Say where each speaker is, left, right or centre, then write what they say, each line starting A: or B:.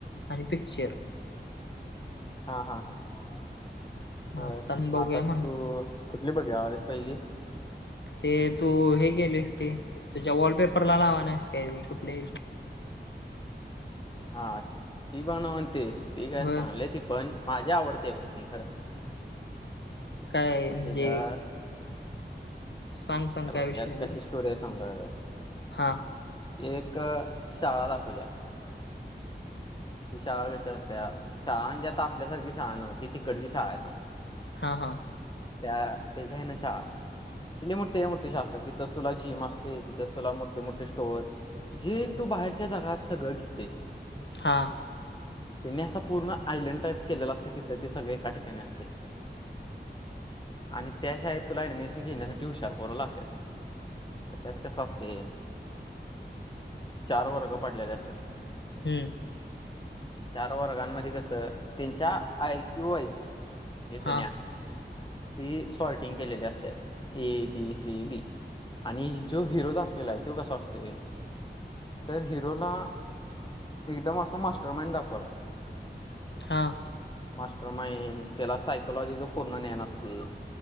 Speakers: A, on the left; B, on the left.
A: आणि पिक्चर.
B: हा हा बर.
A: मग आता
B: मग
A: बघूया
B: आताच
A: म्हणलं
B: तू कुठली बघायला आहेस पहिली?
A: ते तू हे गेलेस ते. तुझ्या वॉलपेपरला लावानास काय कुठल्या
B: हा. ती बनवतेस ती काय
A: होय
B: चांगलेआहे ती पण. माझी आवडते बघ ती खरं
A: काय म्हणजे?
B: तिचा
A: सांग सांग
B: हे
A: काय
B: बघ
A: विषय
B: त्यात
A: आहे
B: कशी स्टोरी आहे सांगू काय? बघ.
A: हा
B: एक शाळा दाखवल्या. ती शाळा कशी असत्या? शाळा म्हणजे आता आपल्यासारखी शाळा नव्ह ती तिकडची शाळा आहे समज.
A: हां हां.
B: त्या तेजे आहे ना शाळा. ति मोठीच्या मोठी शाळा असत्या. तिथंच तुला जिम असते तिथंच तुला मोठे, मोठे स्टोअर जे तू बाहेरच्या जगात सगळं घेतेस.
A: हां.
B: त्यांनी असा पूर्ण आयलंड टाईप केलेला असते, तिथं ते सगळे एका ठिकाणी असते. आणि त्या शाळेत तुला ऍडमेशन घेण्यासाठी हुशार पोरं लागत्यात. त्यात कसं असतय चार वर्ग पडलेली असत्यात.
A: हम्म.
B: चार वर्गांमध्ये कस त्यांच्या आयक्यू वाईज म्हणजे जुन्या
A: हा
B: ती सॉरटिंग केलेली असते ए, बी, सी, डी, आणि जो हिरो दाखिवलाय तो कसा असतोय? तर हिरोला एकदम असं मास्टर माइंड दाखवलाय.
A: हा.
B: मास्टर माइंड त्याला सायकोलॉजीच पूर्ण ज्ञान असतय.